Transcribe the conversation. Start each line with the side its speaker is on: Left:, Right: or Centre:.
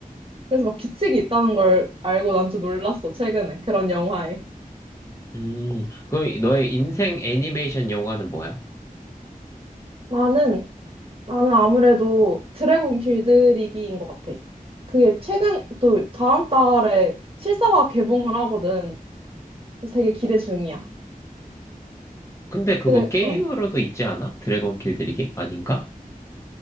Right: 그래서 막 규칙이 있다는 걸 알고 난 좀 놀랐어 최근에 그런 영화에.
Left: 음, 그럼 이- 너의 인생 애니메이션 영화는 뭐야?
Right: 나는 나는 아무래도 드래곤 길들이기인 것 같아. 그게 최근 또 다음 달에 실사화 개봉을 하거든. 그래서 되게 기대 중이야.
Left: 근데 그거
Right: 드래
Left: 게임으로도
Right: 응.
Left: 있지 않아? 드래곤 길들이기? 아닌가?